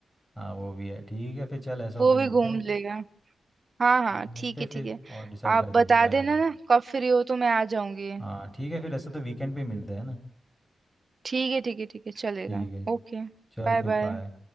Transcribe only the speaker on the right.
वो
भी घूम
लेगा हाँ हाँ
ठीक
है
ठीक है
आप
बता
देना
ना कब फ्री हो तो मैं आ जाऊंगी
ठीक है ठीक है ठीक है चलेगा
ओके
Bye
bye